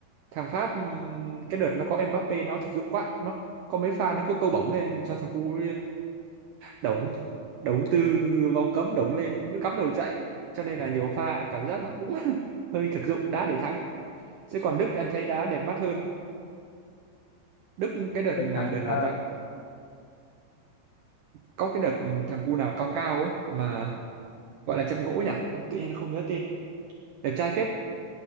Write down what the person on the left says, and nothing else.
Đức
thắng
uh,